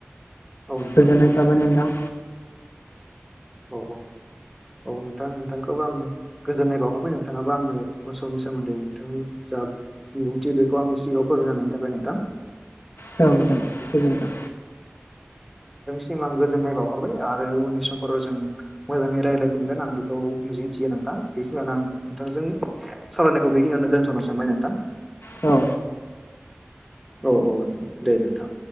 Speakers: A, in the centre; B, on the left.
A: औ नोंथां
B: गोजोननाय
A: औ
B: थाबाय नोंथां
A: औ औ औ नोंथां नोंथांखौबो आं गोजोननाय बावहरबाय नोंथाङाबो आंनो मोसौनि सोमोन्दै नोंथांनि जा बिबुंथि बेखौ आंनि सिगाङाव फोरमायना होनायनि थाखाय नोंथां
B: औ नोंथां गोजोनथों
A: सिम आं गोजोननाय बावहरबाय आरो उननि सम फोराव जों मोजाङै रायजलायफिनगोन आं बेखौ मिजिंथियो नोंथां बेखिनिनो आं नोंथांजों सावरायनायखौ बेखिनियावनो दोनथ'नो सानबाय नोंथां
B: औ
A: औ औ नोंथां दे नोंथां।